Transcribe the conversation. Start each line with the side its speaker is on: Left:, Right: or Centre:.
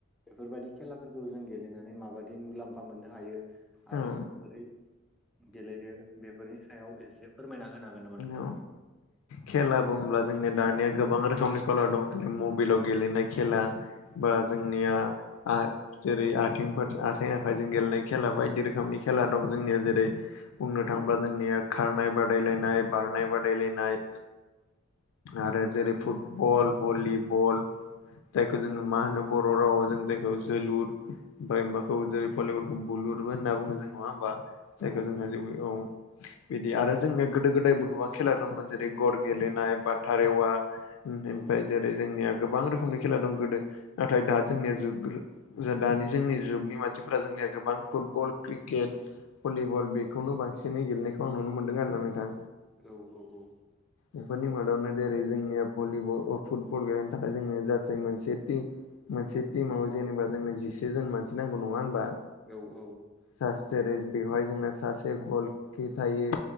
Centre: बेफोरबादि खेलाफोरखौ जों गेलेनानै माबादि मुलाम्फा मोननो हायो आरो
Left: उम
Centre: माबोरै गेलेयो बेफोरनि सायाव एसे फोरमायना होनो हागोन नामा नोंथां?
Left: औ।
Centre: <inaudible>
Left: खेला बुंब्ला जोंनिया दानिया गोबां रोखोमनि खेला दं जेरै मबाइलाव गेलेनाय खेला बा
Centre: औ
Left: जोंनिया आ जेरै आथिंफोर आथिं आखाइजों गेलेनाय खेला बायदि रोखोमनि खेला दं जोंनियाव जेरै बुंनो
Centre: औ
Left: थाङोब्ला जोंनिया खारनाय बादायलायनाय बारनाय बादायलायनाय आरो
Centre: औ
Left: जेरै फुटबल भलिबल जायखौ जोङो मा होनो बर' रावआव जों जायखौ जोलुर ओमफ्राय माबाखौ जेरै भलिबलखौ बुलुरबो होनना बुङो जों नङा होमबा
Centre: औ
Left: जायखौ जोंहा जेबो औ बिदि आरो जोंनिया गोदो गोदायबो गोबां खेला दंमोन। जेरै गर गेलेनाय
Centre: औ
Left: बाथा रेवा ओमफ्राय
Centre: औ औ
Left: जेरै
Centre: औ
Left: जोंनिया गोबां रोखोमनि खेला दं गोदो नाथाय दा जोंनिया जुग दानि जोंनि जुगनि मानसिफोरा जोंनिया गोबां फुटबल क्रिकेट भलिबल बेखौनो बांसिनै गेलेनायखौ आं नुनो मोन्दों आरोना नोंथां।
Centre: औ औ औ।
Left: बेफोरनि मादावनो जेरै जोंनिया भलिबल अ फुटबल गेलेनो थाखाय जोंनि जासै मोनसे ति मोनसे टिमाव जेनेबा जोंनो जिसे जोन मानसि नांगौ नङा होनबा?
Centre: औ औ।
Left: सा जेरै बेवहाय जोंना सासे गल कि थायो